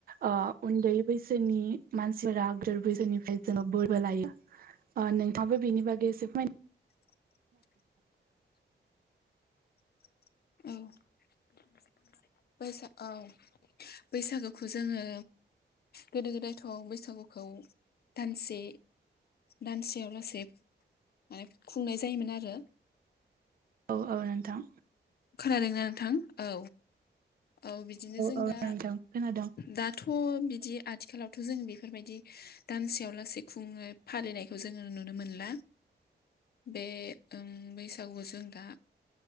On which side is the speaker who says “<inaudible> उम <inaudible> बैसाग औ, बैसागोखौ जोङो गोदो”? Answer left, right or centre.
Left